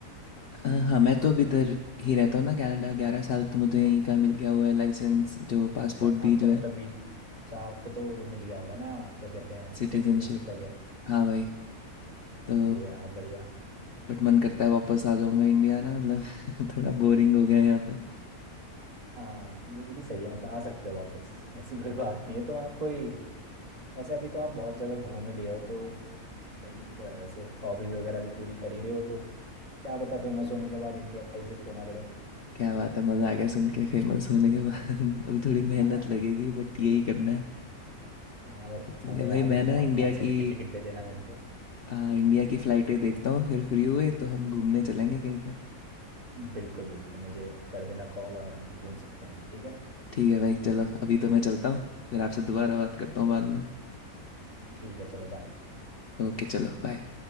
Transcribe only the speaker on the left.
हाँ हाँ, मैं तो अब इधर ही रहता हूँ ना कनाडा ग्यारह साल तो मुझे यहीं का मिल गया हुआ है लाइसेंस जो पासपोर्ट
भी जो
है
सिटीजनशिप
हाँ भाई तो
बट मन करता है वापस आ जाऊं मैं इंडिया ना मतलब <laughs> थोड़ा बोरिंग हो गया है यहाँ पे
क्या बात है मज़ा आ गया सुन के फेमस होने के बाद <laughs> अभी थोड़ी मेहनत
लगेगी बट यही करना है
तो ठीक
है भाई
मैं
ना इंडिया
की
आ, इंडिया की फ़्लाइटें देखता हूँ फिर फ्री हुए तो हम घूमने चलेंगे कहीं पे
ठीक है भाई चलो अभी तो मैं चलता हूँ फिर आपसे दोबारा बात करता हूँ बाद में
ओके चलो बाय